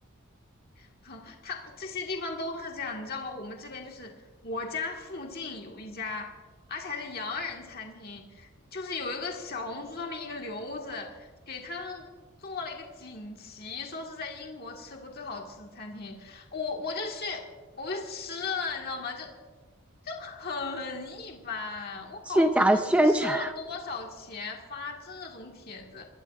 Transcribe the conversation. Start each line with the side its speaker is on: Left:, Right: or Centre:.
Left: <laughs> 哼，他这些地方都是这样，你知道吗？我们这边就是我家附近有一家，而且还是洋人餐厅，就是有一个小红书上面一个留子给他们做了一个锦旗，说是在英国吃过最好吃的餐厅。我我就去，我就去吃了，你知道吗？就就很一般，我搞不懂是收了多少钱发这种帖子，
Centre: 虚假宣传。